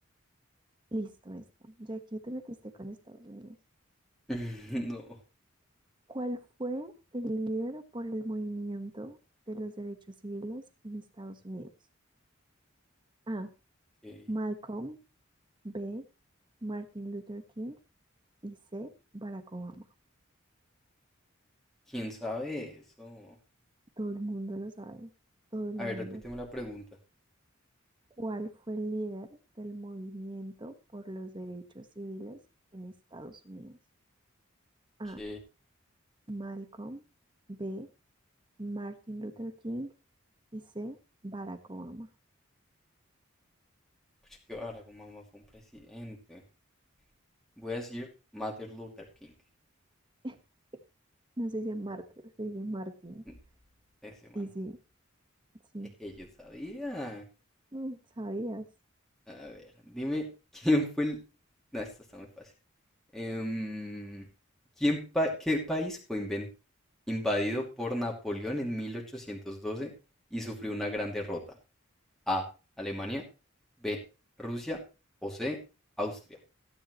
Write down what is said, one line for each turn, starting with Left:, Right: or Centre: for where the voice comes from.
Right: listo esto, ya que te metiste con Estados Unidos.
Centre: <laughs> No.
Right: ¿Cuál fue el líder por el movimiento de los derechos civiles en Estados Unidos? A.
Centre: ok.
Right: Malcolm. B. Martin Luther King. Y C. Barack Obama.
Centre: ¿Quién sabe eso?
Right: Todo el mundo lo sabe. Todo el
Centre: A
Right: mundo.
Centre: ver, repíteme la pregunta.
Right: ¿Cuál fue el líder del movimiento por los derechos civiles en Estados Unidos? A.
Centre: Ok.
Right: Malcolm. B. Martin Luther King. Y C. Barack Obama.
Centre: Pues que ahora como mamá fue un presidente. Voy a decir Martin Luther King.
Right: <laughs> No se dice Martin, se dice Martin.
Centre: Mm, Ese man.
Right: Y sí,
Centre: <laughs>
Right: Sí,
Centre: Jeje, yo sabía.
Right: Mm, sabías.
Centre: A ver, dime quién fue el. No, esta está muy fácil. Em, ¿quién pa- ¿Qué país fue inven- invadido por Napoleón en 1812 y sufrió una gran derrota? A. Alemania. B. Rusia. O C. Austria.